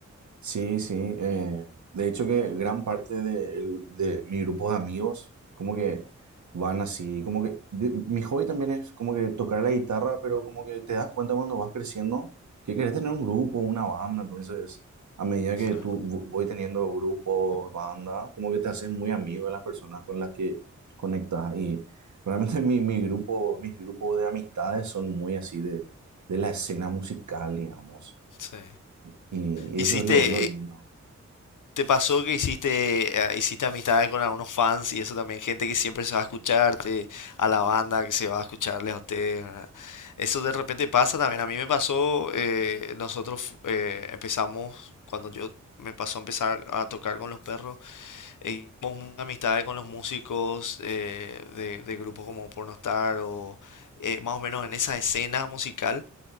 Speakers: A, on the right (about 70°); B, on the left (about 85°).
A: Sí, sí. eh, de hecho que gran parte de, el- de mi grupo de amigos como que van así, como que de- mi hobby también es como que tocar la guitarra, pero como que te das cuenta cuando vas creciendo que querés tener un grupo, una banda, entonces a medida que
B: Claro,
A: tú vo- voy teniendo grupos, bandas, como que te haces muy amigo de las personas con las que conectas y realmente <laughs> mi, mi grupo, mis grupos de amistades son muy así de, de la escena musical, digamos,
B: sí.
A: y y
B: Hiciste,
A: eso es lo, lo lindo.
B: ¿Te pasó que hiciste, eh, hiciste amistades con algunos fans y eso también, gente que siempre se va a escucharte, a la banda que se va a escucharles a ustedes, ¿verdad? Eso de repente pasa también. A mí me pasó, eh, nosotros eh, empezamos, cuando yo me pasó a empezar a tocar con los perros, eh, hicimos muchas amistades con los músicos eh, de, de grupos como Pornostar o eh, más o menos en esa escena musical